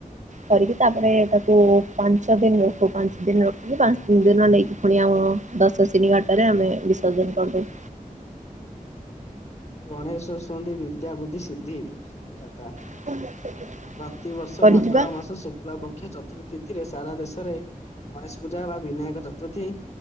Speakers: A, on the right; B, on the left.
A: କରିକି ତାପରେ ତାକୁ ପାଞ୍ଚ ଦିନ ରଖୁ ପାଞ୍ଚ ଦିନ ରଖୁ ପାଞ୍ଚ ତିନି ଦିନ ନେଇକି ପୁଣି ଆମ ଦଶ ଶିନୀ ଘାଟ ରେ ଆମେ ବିସର୍ଜନ କରିଦଉ।
B: ଗଣେଶ ଶନ୍ତିୀ ବିଦ୍ୟା ବୁଦ୍ଧି ସିଦ୍ଧି ଦାତା।
A: <unintelligible>
B: ପ୍ରତିବର୍ଷ
A: କରିଯିବା
B: ଭାଦ୍ର ମାସ ଶୁକ୍ଳ ପକ୍ଷ ଚତୁର୍ଥୀ ଏଥିରେ ସାରା ଦେଶରେ ଗଣେଶ ପୂଜା ବା ବିନାୟକ ଚତୁର୍ଥୀ